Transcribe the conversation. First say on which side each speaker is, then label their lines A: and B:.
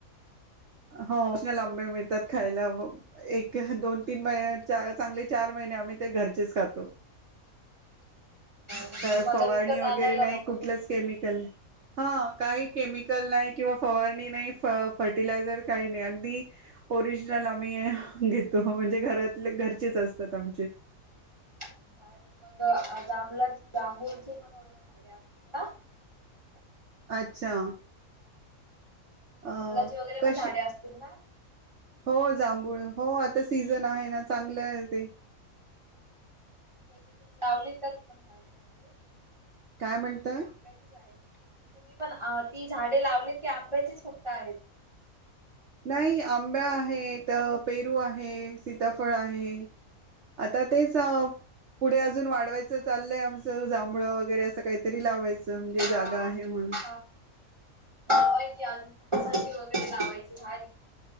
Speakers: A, on the right; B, on the right.
A: हो लांबे मिळतात खायला एक दोन तीन महि चांगले चार महिने आम्ही ते घरचेच खातो
B: म्हणजे
A: का
B: तुम्हाला
A: फवारणी
B: विकत
A: वगैरे
B: आणायला
A: नाही
B: नको
A: कुठलंच
B: तुमचेच
A: केमिकल हा काय केमिकल नाही किंवा फवारणी नाही फर्टिलाझर काही नाही अगदी ओरिजनल आम्ही घेतो म्हणजे घरात घरचेच असतात आमचे
B: <inaudible> झाारी मग जांभला जांभूळचे पण वगैरे झाडे असतील ना <inaudible>
A: अच्छा
B: जांभलाची
A: अ
B: वगैरे पण
A: कशी
B: झाडे असतील ना
A: हो जांभूळ हो
B: जांभूळ
A: आता सीझन आहे ना चांगलं आहे ते
B: तुमच्या इथे, तुम्ही लावलीत का ती पण झाडे, वगैरे
A: काय म्हणतोय?
B: ते आंब्याचीच आहेत. तुम्ही पण, अ ती झाडे लावलीत ती आंब्याचीच फक्त आहेत
A: नाही आंब्या आहेत, पेरू आहे, सीताफळ आहे आता तेच, पुढे अजून वाढवायचं चाललंय, आमचं जांभळं वगैरे असं काहीतरी लावायचं. म्हणजे
B: हा
A: जागा आहे म्हणून
B: हा लावायची अजून फणसाची वगैरे लावायचे भारी